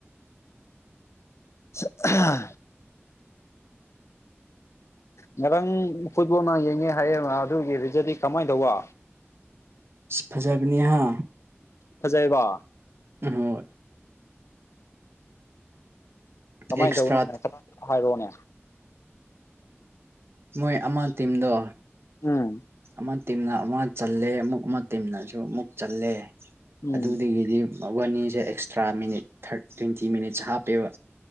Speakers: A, on the left; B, on the right.
A: <inaudible> ꯉꯔꯥꯡ ꯐꯨꯠꯕꯣꯜꯅ ꯌꯦꯡꯉꯦ ꯍꯥꯏꯌꯦ ꯑꯗꯨꯒꯤ ꯔꯤꯖꯗꯤ ꯀꯃꯥꯏꯅ ꯇꯧꯕ
B: ꯐꯖꯕꯅꯤꯍꯥ
A: ꯐꯖꯩꯕ
B: ꯍꯣꯏ
A: ꯀꯃꯥꯏꯅ
B: ꯑꯦꯛꯁꯇ꯭ꯔꯥ
A: ꯇꯧꯕꯅꯦ ꯍꯥꯏꯔꯛꯑꯣꯅꯦ
B: ꯃꯣꯏ ꯑꯃ ꯇꯤꯝꯗ
A: ꯎꯝ
B: ꯑꯃ ꯇꯤꯝꯅ ꯑꯃ ꯆꯜꯂꯦ ꯑꯃꯨꯛ ꯑꯃ ꯇꯤꯝꯅꯁꯨ ꯑꯃꯨꯛ ꯆꯜꯂꯦ
A: ꯎꯝ
B: ꯑꯗꯨꯗꯒꯤꯗꯤ ꯋꯥꯟꯅꯤꯁꯦ ꯑꯦꯛꯁꯇ꯭ꯔꯥ ꯃꯤꯅꯤꯠꯔ ꯇ꯭ꯋꯦꯟꯇꯤ ꯃꯤꯅꯤꯠꯁꯦ ꯍꯥꯞꯄꯦꯕ